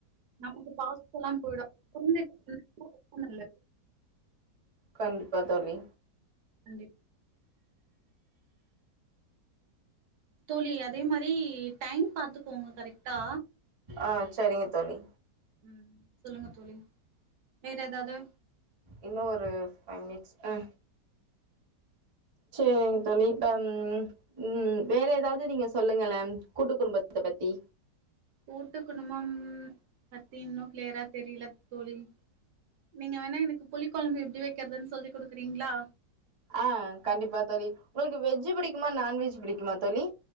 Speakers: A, on the right; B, on the right.
A: நமக்கு பாசோ எல்லா போயிடு கொழந்தைக் கண்டிப்பா ரொம்ப நல்லது
B: கண்டிப்பா தோழி
A: கண்டிப் தோழி அதே மாதிரி டைம் பாத்துக்கோங்க கரெக்டா
B: ஆ சரிங்க தோழி
A: ம் சொல்லுங்க தோழி வேற எதாது
B: இன்னு ஒரு ஃபைவ் மினிட்ஸ் ஆ சேரிங்க தோழி இப்பம் ம் வேற எதாது நீங்க சொல்லுங்களே கூட்டு குடும்பத்தை பத்தி
A: கூட்டு குடும்பம் பத்தி இன்னு கிளியரா தெரில தோழி நீங்க வேணா எனக்கு புளி கொழம்பு எப்டி வைக்கதுன்னு சொல்லி குடுக்குறீங்களா
B: ஆ கண்டிப்பா தோழி உங்களுக்கு வெஜ்ஜு பிடிக்குமா நான் வெஜ்ஜு பிடிக்குமா தோழி